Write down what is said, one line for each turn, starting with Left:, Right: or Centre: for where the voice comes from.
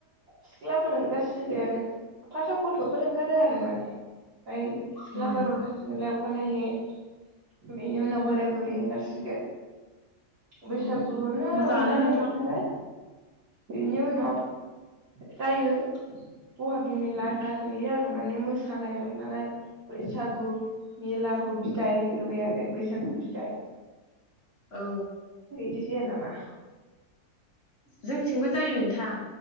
Right: सिख्लाफोर ओंखारसिगोन फार्स्टआव गथ'फोर ओंखारो आरो माने। ओमफ्राय सिख्लाफोर
Left: उम
Right: ओंखारसिगोनलाय नायै, बेनि उनाव बोराय बुरै ओंखारसि बैसागुनो
Left: उम मोजाङानो
Right: रंजानाय
Left: नोंथां
Right: नालाय बेनिउनाव जायो बहागि मेला जाहैयोआरो माने मोसानाय रंजानाय बैसागु मेलाखौ
Left: उम
Right: बिदाय होबाय आरो बै सागु बिदाय
Left: औ
Right: इदि जाया नामा?
Left: जोंथिंबो जायो नोंथां